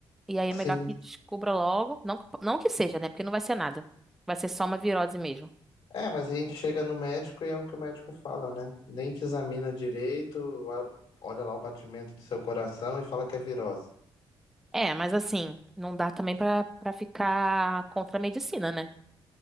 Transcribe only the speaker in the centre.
E aí é
melhor que descubra logo. Não, que- não que seja, né? Porque não vai ser nada. Vai ser só uma virose mesmo.
É, mas assim, não dá também pra, pra ficar contra a medicina, né?